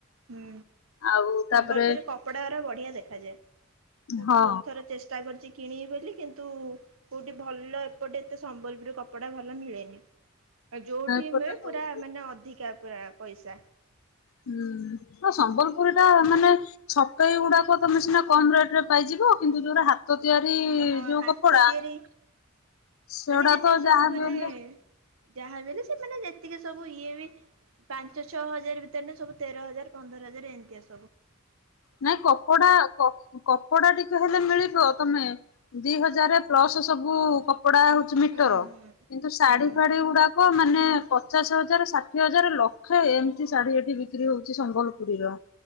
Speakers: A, on the right; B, on the left.
A: ହୁଁ।
B: ଆଉ
A: ସମ୍ବଲପୁରରେ
B: ତାପରେ
A: କପଡା ଗୁରା ବଢିଆ ଦେଖାଯାଏ। ମୁଁ
B: ହଁ
A: ବହୁତ ଥର ଚେଷ୍ଟା କରିଛି କିଣିବି ବୋଲି କିନ୍ତୁ କୋଉଁଠି ଭଲ ଏପଟେ ଏତେ ସମ୍ବଲପୁର କପଡ଼ା ଭଲ ମିଳେନି। ଆଉ ଯୋଉଠି
B: ଛୋଟ
A: ମିଳେ
B: ସବୁ
A: ପୁରା ମାନେ ଅଧିକା ପୁରା ପଇସା।
B: ହୁଁ। ସମ୍ବଲପୁରୀ ଟା ମାନେ ଛକେଇ ଗୁଡାକ ତମେ ସିନା କମ ରେଟ ରେ ପାଇଯିବ କିନ୍ତୁ ଯୋଉଟା ହାତ ହାତ ତିଆରି
A: ଓହୋ
B: ଯୋଉ
A: ହାତ
B: କପଡା
A: ତିଆରି
B: ସେଗୁଡ଼ା
A: ମାନେ ଯେତିକି
B: ତ
A: ସବୁ
B: ଯାହାବି
A: ମାନେ
B: ହେଲେ
A: ଯାହା ବି ହେଲେ ସେମାନେ ଯେତିକି ସବୁ ଇଏ ବି ପାଞ୍ଚ ଛଅ ହଜାର ଭିତରେ ସବୁ ତେର ହଜାର ପନ୍ଦର ହଜାର ଏମିତି ଆସୁ
B: ନାଇଁ କପଡା କପଡା ଟିକେ ହେଲେ ମିଳିବ। ତମେ ଦି ହଜାର ପ୍ଲସ ସବୁ କପ୍ କପଡା ହଉଛି ମିଟର
A: ହୁଁ ହୁଁ
B: କିନ୍ତୁ ଶାଢୀ
A: ହୁଁ
B: ଫାଢୀ ଗୁଡାକ ମାନେ ପଚାଶ ହଜାର ଷାଠିଏ ହଜାର ଲକ୍ଷେ ଏମିତି ଶାଢୀ ଏଠି ବିକ୍ରି ହଉଛି ସମ୍ବଲପୁରୀର